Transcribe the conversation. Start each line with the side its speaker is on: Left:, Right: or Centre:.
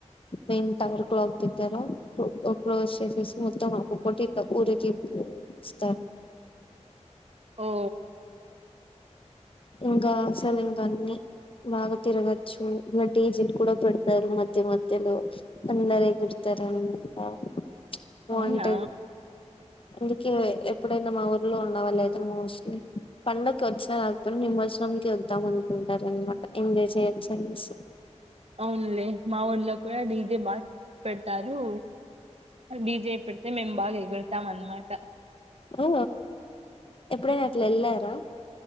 Left: మెయిన్ టవర్ క్లాక్ దగ్గర క్లోజ్ చేసేసి మొత్తం ఒకప్పటి తక్కువరిజ స్
Right: ఓ
Left: ఇంకా సలింగాన్ని బాగా తిరగచ్చు ఇలా డీజే లు కూడా పెడతారు మధ్య మధ్యలో అందరే గుర్తార అంతంతా బాగుంటది
Right: అవునా
Left: అందుకే ఎప్పుడైనా మా ఊర్లో ఉన్నవాళ్ళ లేదు మోస్ట్లీ పండడుకి వచ్చినా ఇప్పుడు నిమజ్జనంకి వద్దాం అనుకుంటార అనమాట ఎంజాయ్ చేయ్యచ్చు అనేసి
Right: అవునులే మా ఊళ్ళలో కూడా డీజే బాగా పెడతారు డీజే పెడితే మేము బాగా ఎగురతాం అనమాట
Left: ఆ ఎప్పుడైనాట్లా ఎళ్ళారా